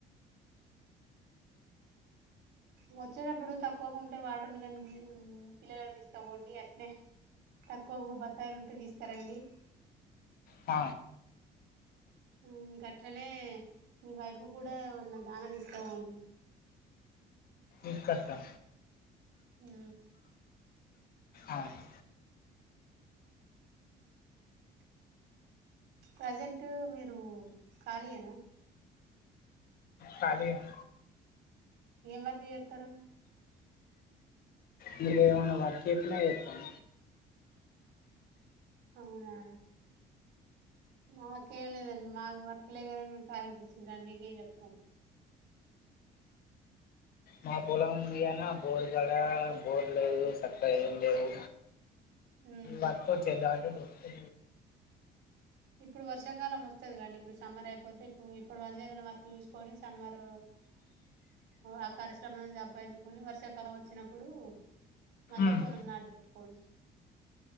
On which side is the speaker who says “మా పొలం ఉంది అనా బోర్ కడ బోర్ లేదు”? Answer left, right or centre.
Left